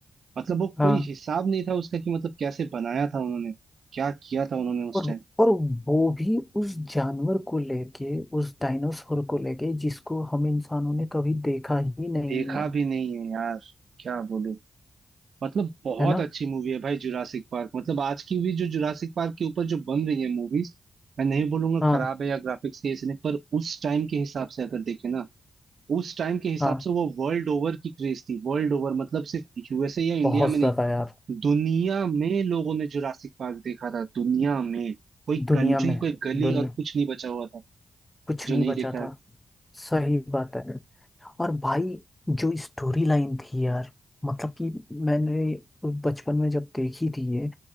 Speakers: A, on the right; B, on the left.
A: मतलब वो
B: हाँ
A: कोई हिसाब नहीं था उसका कि मतलब कैसे बनाया था उन्होंने क्या किया था उन्होंने उस
B: और
A: टाइम
B: और वो भी उस जानवर को लेके उस डायनासोर को लेके जिसको हम इंसानों ने कभी देखा ही नहीं
A: देखा
B: है
A: भी नहीं है यार क्या बोलूं मतलब बहुत
B: है ना
A: अच्छी मूवी है भाई जुरासिक पार्क मतलब आज की भी जो जुरासिक पार्क के ऊपर जो बन रही है मूवीज मैं नहीं बोलूंगा
B: हाँ
A: खराब है या ग्राफिक्स के ऐसे नहीं पर उस टाइम के हिसाब से अगर देखे ना उस टाइम के हिसाब
B: हाँ
A: से वो वर्ल्ड ओवर की क्रेज थी वर्ल्ड ओवर मतलब सिर्फ यूएसए या इंडिया
B: बहुत
A: में नहीं
B: ज्यादा यार
A: दुनिया में लोगों ने जुरासिक पार्क देखा था दुनिया में कोई
B: दुनिया
A: कंट्री
B: में
A: कोई गली
B: दुनिया
A: और कुछ नहीं बचा हुआ था
B: कुछ
A: जो
B: नहीं
A: नहीं
B: बचा
A: देखा है
B: था सही बात है और भाई जो स्टोरी लाइन थी यार मतलब कि मैंने बचपन में जब देखी थी ये